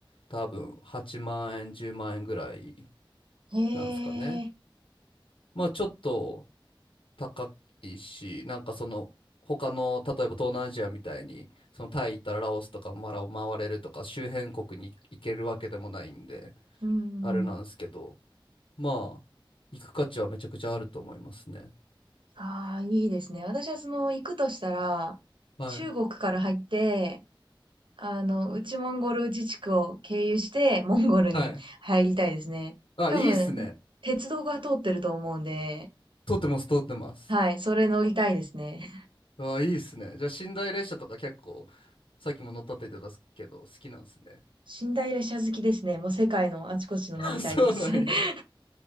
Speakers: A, on the left (about 80°); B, on the right (about 70°).
A: 多分8万円、10万円ぐらい
B: へえ、
A: なんですかね。まあちょっと高いし、なんかその他の、例えば東南アジアみたいに、そのタイ行ったらラオスとかマラを回れるとか、周辺国に行けるわけでもないんで、
B: うんうん。
A: あれなんですけど、まあ行く価値はめちゃくちゃあると思いますね。
B: ああ、いいですね。私はその、行くとしたら、
A: はい。
B: 中国から入って、あの、内モンゴル自治区を経由して、モンゴルに入りたいですね。
A: はい。あ、
B: 多分、
A: いいっすね。
B: 鉄道が通ってると思うんで、
A: 通ってます、通ってます。
B: はい、それ乗りたいですね。
A: ああ、いいっすね。じゃあ、寝台列車とか結構、さっきも乗ったって言ってたけど、好きなんですね。
B: 寝台列車好きですね。もう世界のあちこちの乗りたいです。
A: <laughs> そうなんや。
B: <laughs>